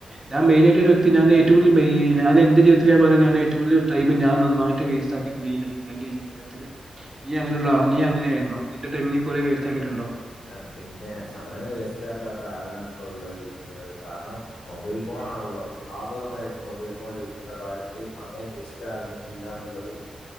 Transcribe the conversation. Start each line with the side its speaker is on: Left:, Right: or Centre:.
Right: ഞാ മെയിന ആയിട്ട ഒരു വ്യക്തി ഞ ഏറ്റവും മേ ഞാനെന്റെ ജീവിത്തിലൽ പറയാ ഏറ്റവും കൂടുതല് ടൈമ് നന്നായിട്ട് വേസ്റ്റാ ക്കിയിട്ടിണ്ട് എന്റെ ജീവിതത്തെ നീ അങ്ങനെയുള്ള നീ അങ്ങനെയ ആരോ നിന്റെ ടൈമി നീ കൊറെ വേസ്റ്റ് ആക്കിയിട്ടുണ്ടോ?
Left: ആ പിന്നെ സമയം വേസ്റ്റ് ആക്കാത്ത ആരാണ് ഇപ്പോ ജീക്ക കാരണം മൊബൈൽ ഫോൺ ഫോണാണല്ലോ വ്യാപകമായിട്ട് മൊബൈൽ ഫോൺ ലഭിക്കുന്ന കാലത്ത് സമയം വേസ്റ്റ് ആകുന്നില്ല എന്നുള്ളത്